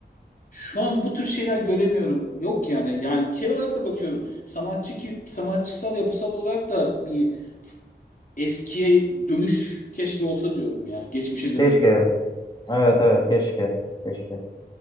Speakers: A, on the left; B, on the left.
A: şu an bu tür şeyler göremiyorum. Yok yani. Yani şey olarak da bakıyorum. Sanatçı ki, sanatçısal yapısal olarak da bir eskiye dönüş keşke olsa diyorum ya. Geçmişe dönelim.
B: Keşke. Evet evet keşke. Keşke.